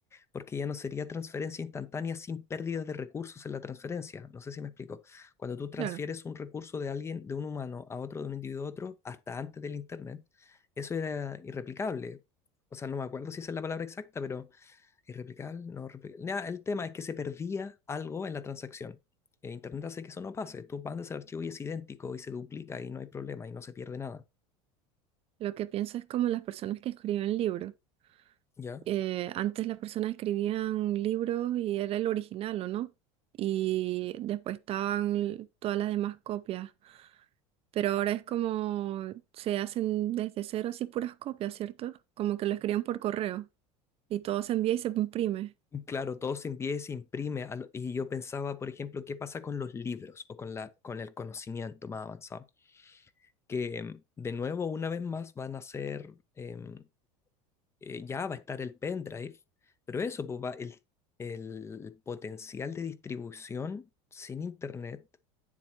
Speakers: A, on the left (about 15°); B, on the right (about 40°).
A: porque ya no sería transferencia instantánea sin pérdidas de recursos en la transferencia. No sé si me explico. Cuando tú transfieres
B: Claro.
A: un recurso de alguien, de un humano a otro, de un individuo a otro, hasta antes del Internet, eso era irreplicable. O sea, no me acuerdo si esa es la palabra exacta, pero irreplicable, no replicable. Nah, el tema es que se perdía algo en la transacción. Eh, Internet hace que eso no pase. Tú mandas el archivo y es idéntico y se duplica y no hay problema y no se pierde nada.
B: Lo que pienso es como las personas que escriben libros.
A: ¿Ya?
B: Eh, antes las personas escribían libros y era el original, ¿o no? Y después estaban l- todas las demás copias. Pero ahora es como se hacen desde cero así puras copias, ¿cierto? Como que lo escriben por correo y todo se envía y se imprime.
A: Claro, todo se envía y se imprime. lo- Y yo pensaba, por ejemplo, qué pasa con los libros o con la, con el conocimiento más avanzado. Que em, de nuevo, una vez más, van a ser, em, eh, ya va a estar el pendrive, pero eso, pues va, el, el potencial de distribución sin internet